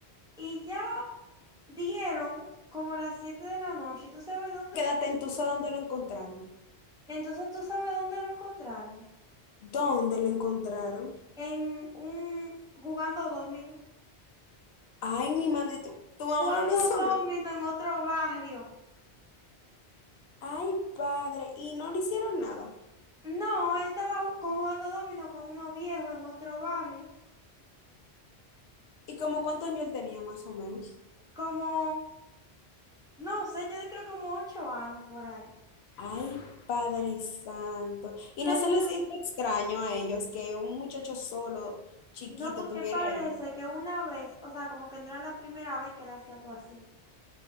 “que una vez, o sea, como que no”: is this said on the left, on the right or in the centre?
Centre